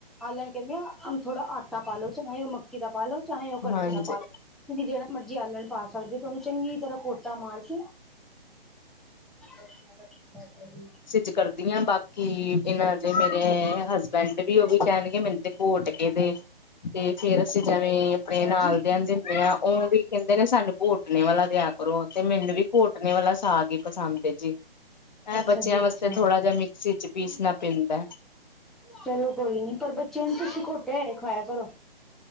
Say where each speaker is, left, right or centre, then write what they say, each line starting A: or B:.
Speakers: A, in the centre; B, on the left (about 45°).
A: ਆਲਣ ਕਹਿੰਦੇ ਆ ਥੋੜਾ ਆਟਾ ਪਾਲੋ ਚਾਹੇ ਉਹ ਮ ਮੱਕੀ ਦਾ ਪਾ ਲਓ ਚਾਹੇ ਉਹ ਕਣਕ
B: ਹਾਂਜੀ
A: ਦਾ ਪਾ ਲਓ। ਤੁਸੀਂ ਜਿਹੜਾ ਮਰਜੀ ਆਲਣ ਪਾ ਸਕਦੇ ਤੇ ਉਹਨੂੰ ਚੰਗੀ ਤਰ੍ਹਾਂ ਘੋਟਾ ਮਾਰ ਕੇ ਬਸ ਮ <inaudible>
B: ਜੀ ਕਰਦੀਆ ਹਾਂ ਬਾਕੀ ਇਹਨਾਂ ਦੇ ਮੇਰੇ ਹਸਬੈਂਡ ਵੀ ਉਹ ਵੀ ਕਹਿਣਗੇ ਮੈਨੂੰ। ਘੋਟ ਕੇ ਦੇ ਤੇ ਫੇਰ ਅਸੀਂ ਜਿਵੇਂ ਆਪਣੇ ਨਾਲ
A: ਜੀ
B: ਦਿਆਂ ਨੂੰ ਦਿੰਦੇ ਹਾਂ ਉਹ ਵੀ ਕਹਿੰਦੇ ਨੇ ਸਾਨੂੰ ਘੋਟਣੇ ਵਾਲਾ ਦਿਆ ਕਰੋ ਤੇ ਮੈਨੂੰ ਵੀ ਘੋਟਣੇ ਵਾਲਾ ਸਾਗ ਹੀ ਪਸੰਦ ਜੀ ਐ
A: ਅੱਛਾ
B: ਬੱਚਿਆਂ
A: ਜੀ ਅੱਛਾ
B: ਵਾਸਤੇ ਥੋੜਾ ਜਿਹਾ ਮ ਸ ਚ ਪੀਸਣਾ ਪੈਂਦਾ
A: ਚਲੋ ਕੋਈ ਨੀ ਪਰ ਬੱਚਿਆਂ ਨੂੰ ਤੁਸੀ ਘੋਟਿਆ ਹੋਇਆ ਖਵਾਇਆ ਕਰੋ।